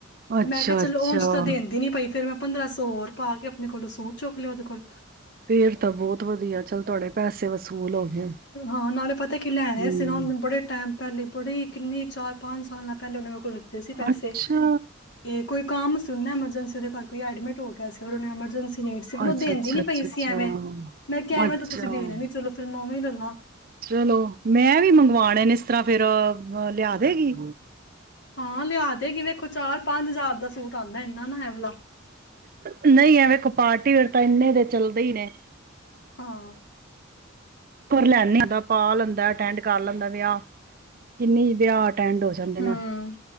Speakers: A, on the left; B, on the right.
A: ਤੇ
B: ਅੱਛਾ
A: ਮੈਂ ਕਿਆ ਚਲੋ,
B: ਅੱਛਾ
A: ਉਝ ਤਾ ਦੇਂਦ ਫਿਰ ਮੈ ਪੰਦਰਾਂ ਸੌ ਔਰ ਪਾ ਕੇ ਆਪਣੇ ਕੋਲੋ, ਸੂਟ ਚੁੱਕ ਲਿਆ ਉਹਦੇ ਕੋਲ।
B: ਫੇਰ ਤਾਂ ਬਹੁਤ ਵਧੀਆ ਚੱਲ ਤੁਹਾਡੇ ਪੈਸੇ ਵਸੂਲ ਹੋ ਗਏ,
A: ਹਾਂ ਨਾਲੇ ਪਤਾ ਕੀ ਲੈਣੇ
B: ਹਮ।
A: ਸੀ ਨਾ ਉਹਨੇ ਬੜੇ ਟਾਈਮ ਪਹਿਲੇ ਬੜੇ, ਕਿੰਨੇ ਚਾਰ ਪੰਜ ਸਾਲਾਂ ਪਹਿਲੇ ਉਨੇ ਮੇਰੇ ਕੋ ਲਿਤੇ ਸੀ ਪੈਸੇ।
B: ਅੱਛਾ
A: ਤੇ ਕੋਈ ਕੰਮ ਸੁਣਨਾ ਐਮਰਜੈਂਸ ਸੀ ਦੇ ਘਰ ਕੋਈ ਐਡਮਿਟ ਹੋ ਗਿਆ ਸੀ ਔਰ ਉਹਨੇ ਐਮਰਜੈਂਸੀ ਚ ਨੀਡ ਸੀ। ਪਨ ਉਹ
B: ਅੱਛਾ
A: ਦੇਂਦੀ
B: ਅੱਛਾ
A: ਨੀ
B: ਅੱਛਾ
A: ਪਈ
B: ਅੱਛਾ
A: ਸੀ ਐਵੇਂ, ਮੈ ਕਿਹਾ ਐਵੇਂ
B: ਅੱਛਾ
A: ਤਾਂ ਤੁਸੀਂ ਦੇਨੇ ਨੀ ਚਲੋ, ਫਿਰ ਮੈਂ ਓਵੇਂ ਹੀ ਲ ਲਾਂ।
B: ਚਲੋ ਮੈਂ ਵੀ ਮੰਗਵਾਣੇ ਨੇ ਇਸ ਤਰ੍ਹਾਂ ਫਿਰ ਲਿਆ ਦੇਗੀ?
A: ਹਾਂ ਲਿਆ ਦੇਗੀ। ਵੇਖੋ ਚਾਰ ਪੰਜ ਹਜ਼ਾਰ ਦਾ ਸੂਟ ਆਂਦਾ ਇਨਾ ਨਾ ਐ ਵਲਾ।
B: ਨਹੀ ਐ ਵੇਖੋ ਪਾਰਟੀ ਵੇਰ ਤਾਂ ਇੰਨੇ ਦੇ ਚੱਲਦੇ ਹੀ ਨੇ।
A: ਅ ਹਾਂ।
B: ਫੇਰ ਲੈਨੇ ਤਾ, ਪਾ ਲੈਂਦਾ ਅਟੈਂਡ ਕਰ ਲੈਂਦਾ ਵਿਆਹ। ਕਿੰਨੀ ਵਿਆਹ ਟੈਂਡ ਹੋ ਜਾਂਦੇ
A: ਹੂੰ
B: ਨਾ,